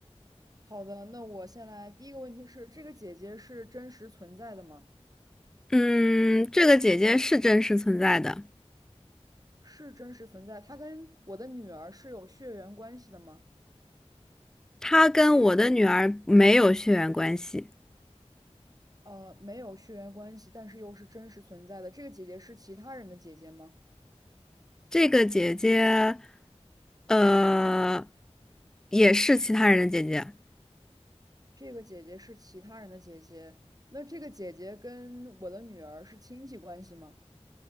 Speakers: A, on the right; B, in the centre.
A: 好的，那我先来，第一个问题是，这个姐姐是真实存在的吗？
B: 嗯，这个姐姐是真实存在的，
A: 是真实存在。她跟我的女儿是有血缘关系的吗？
B: 她跟我的女儿没有血缘关系。
A: 呃，没有血缘关系，但是又是真实存在的。这个姐姐是其他人的姐姐吗？
B: 这个姐姐，呃，也是其他人的姐姐，
A: 这个姐姐是其他人的姐姐。那这个姐姐跟我的女儿是亲戚关系吗？